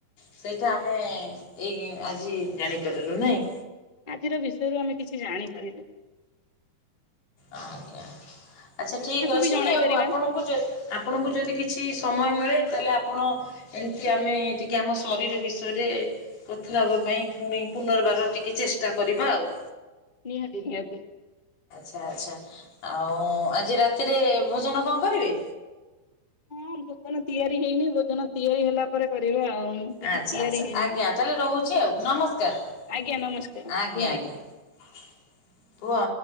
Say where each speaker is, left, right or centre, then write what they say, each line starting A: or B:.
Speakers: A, on the left; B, on the left.
A: ସେଇଟା ଆମେ ଏଇ ଆଜି ଜାଣିପାରିଲୁ ନାଇଁ।
B: ଆଜିର ବିଷୟରୁ ଆମେ କିଛି ଜାଣିପାରିଲୁ।
A: ଆଞା। ଆଚ୍ଛା ଠିକ ଅଛି
B: ବି ଜଣାଇ
A: ଆଉ
B: ପାରିବା
A: ଆପଣଙ୍କୁ ଆପଣଙ୍କୁ ଯଦି କିଛି ସମୟ ମିଳେ। ତାହେଲେ ଆପଣ ଏମିତି ଆମେ ଟିକେ ଆମ ଶରୀର ବିଷୟରେ କଥା ହବା ପାଇଁ ପୁଣି ପୁନର୍ବାର ଟିକେ ଚେଷ୍ଟା କରିବା ଆଉ।
B: ନିହାତି ନିହାତି।
A: ଆଛା ଆଚ୍ଛା ଆଉ ଆଜି ରାତିରେ ଭୋଜନ କଣ କରିବି।
B: ହଁ ଭୋଜନ ତିଆରି ହେଇନି ଭୋଜନ ତିଆରି ହେଲା ପରେ କରିବା ଆଉ। କିଛି
A: ଆଚ୍ଛା
B: ତିଆରି
A: ଆଚ୍ଛା
B: ହେଇନି
A: ଆଜ୍ଞା ତାହେଲେ ରହୁଛି ଆଉ ନମସ୍କାର
B: ଆଜ୍ଞା ନମସ୍କାର
A: ଆଜ୍ଞା
B: ରୁହନ୍ତୁ।
A: ଆଜ୍ଞା କୁହ।